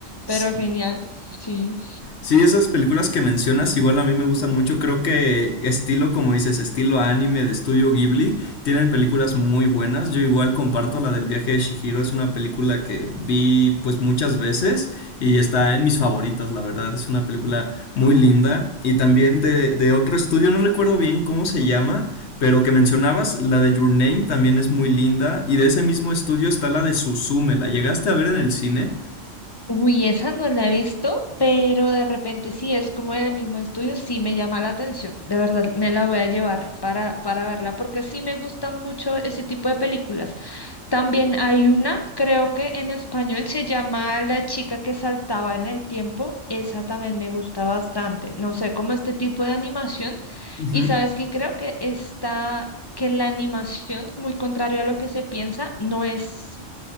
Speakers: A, on the left; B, on the left.
A: sí.
B: pero genial, sí.
A: Sí, esas películas que mencionas igual a mí me gustan mucho. Creo que estilo, como dices, estilo anime de estudio Ghibli, tienen películas muy buenas. Yo igual comparto la del viaje de Shihiro, es una película que vi pues muchas veces y está en mis favoritas, la verdad. Es una película muy linda. Y también de, de otro estudio, no recuerdo bien cómo se llama, pero que mencionabas, la de Your Name también es muy linda. Y de ese mismo estudio está la de Suzume. ¿La llegaste a ver en el cine?
B: Uy, esa no la he visto, pero de repente sí es como el mismo estudio, sí me llama la atención. De verdad, me la voy a llevar para, para verla, porque sí me gustan mucho ese tipo de películas. También hay una, creo que en español se llama La chica que saltaba en el tiempo. Esa también me gusta bastante. No sé, como este tipo de animación.
A: Ujú.
B: Y sabes que creo que está, que la animación, muy contrario a lo que se piensa, no es